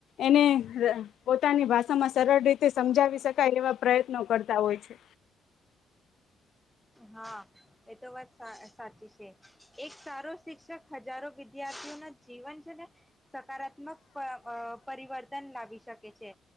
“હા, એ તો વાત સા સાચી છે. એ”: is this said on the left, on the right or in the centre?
Centre